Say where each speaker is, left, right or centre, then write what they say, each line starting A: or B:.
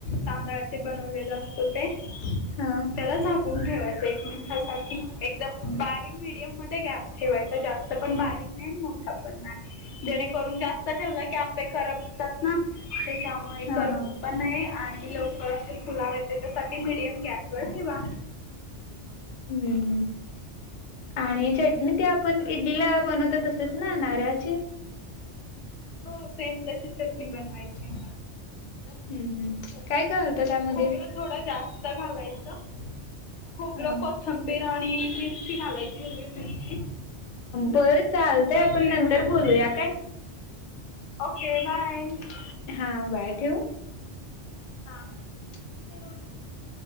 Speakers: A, on the left; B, on the left.
A: तांदळाचे बनवलेल असत ते
B: हा
A: मग त्यालाझाकण झाकून ठेवायचं एक मिनिटासाठी एकदम बारीक मीडियम मध्ये गॅस ठेवायचा जास्त पण बारीक नाही मोठा पण नाही जेणेकरून जास्त ठेवलं की आपे करपतात ना त्याच्यामु हे
B: हा
A: करपू
B: हा
A: पण नाही आणि लवकर असे फुलावेत त्याच्यासाठी मीडियम गॅसवर ठेवा.
B: हम्म, हम्म आणि चटणी ते आपण इडलीला बनवतो तसं तेच ना नारळाची?
A: हो सेम तशी चटणी बनवायची.
B: हम्म हम्म काय काय होतं त्यामध्ये
A: खोबरं थोड जास्त घालायचं खोबरं
B: अ
A: को खथंबीर आणि मिरची घालायची हरवे मिर
B: बरं चालतय आपण
A: जिरं
B: नंतर
A: घालायचं
B: बोलूया काय?
A: Okay bye.
B: हा बाय, ठेऊ?
A: हा
B: <unintelligible>